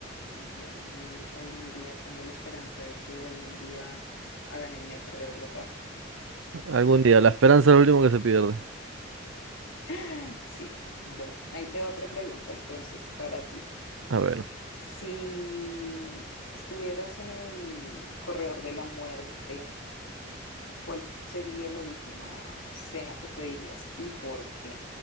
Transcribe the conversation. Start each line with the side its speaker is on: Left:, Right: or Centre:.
Left: bueno, ahí algún día tengo la esperanza de que algún día hagan el metro de Bogotá. <gasps>
Right: Algún día, la esperanza es lo último que se pierde.
Left: <laughs> Sí, bueno, ahí te va otra pregunta entonces para ti.
Right: A ver,
Left: Si estuvieras en el corredor de la muerte, ¿Cuál sería la última cena que pedirías y por qué?